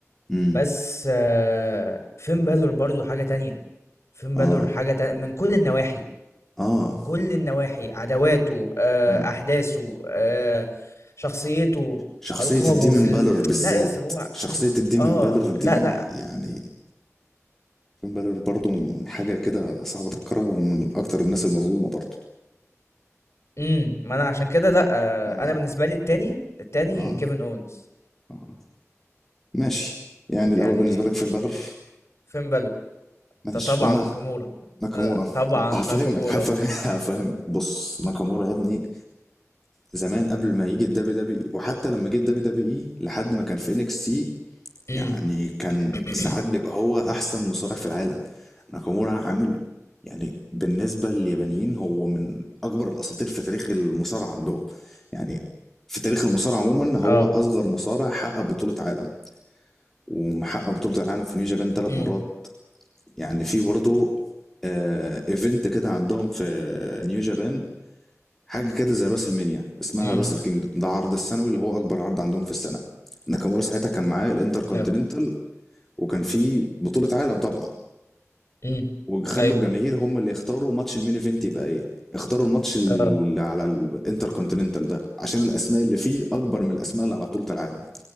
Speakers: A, in the centre; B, on the left (about 60°).
A: امم
B: بس آه، فين بالور برضو حاجة تانية فين
A: اه
B: بالور حاجة تانية من كل النواحي
A: اه
B: من كل النواحي عداواته آه،
A: اه
B: أحداثه آه، شخصيته
A: شخصية
B: ألقابه
A: الديمن
B: في ال...
A: بالور بالذات
B: لا يا اسطى هو
A: شخصية
B: حاجة
A: الديمن
B: اه
A: بالور دي
B: لا لا
A: يعني ديمن بالور برضو من حاجة كده صعبة تتكرر ومن أكتر الناس المظلومة برضو
B: امم ما انا عشان كده لا آه،
A: اه
B: انا بالنسبة لي التاني التاني
A: اه
B: كيفن اونز
A: اه ماشي يعني الأول
B: يعني
A: بالنسبة لك فين بالور
B: فين بالور
A: ماشي
B: ده طبعا
A: وأنا
B: ناكامورا
A: ناكامورا
B: ده طبعا
A: هفهمك
B: ناكامورا
A: هفهم- <laughs> هفهمك بص ناكامورا يا ابني زمان قبل ما يجي الدبليو دبليو اي وحتى لما جه الدبليو دبليو اي لحد ما كان في انكس تي
B: امم
A: يعني كان
B: <clears throat>
A: ساعات بيبقى هو احسن مصارع في العالم ناكامورا عامل يعني بالنسبة لليابانيين هو من اكبر الاساطير في تاريخ المصارعة عندهم يعني في تاريخ المصارعة عموما هو
B: اه
A: اصغر مصارع حقق بطولة عالم ومحقق بطولة العالم في نيو جابان ثلاث
B: امم
A: مرات يعني في برضه آه ايفنت كده عندهم في نيو جابان حاجة كده زي راس المنيا اسمها
B: امم
A: راس الكينجدوم ده عرض السنوي اللي هو اكبر عرض عندهم في السنة ناكامورا ساعتها كان معاه الانتر
B: اه
A: وكان في بطولة عالم طبعا
B: امم
A: وخلوا
B: ايوه
A: الجماهير هم اللي يختاروا ماتش المين ايفنت يبقى ايه اختاروا الماتش اللي
B: آه.
A: على الانتر كونتيننتال ده عشان الاسماء اللي فيه اكبر من الاسماء اللي على بطولة العالم